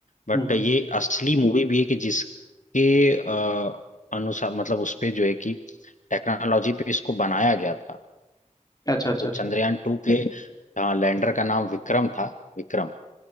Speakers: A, on the left (about 75°); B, on the left (about 30°).
A: बट
B: हम्म
A: ये असली मूवी भी है कि जिसके अ, अनुसार मतलब उस पे जो है कि टेक्नोलॉजी पे इसको बनाया गया था
B: अच्छा अच्छा
A: तो चंद्रयान
B: अच्छा
A: टू के <laughs> लैंडर का नाम विक्रम था विक्रम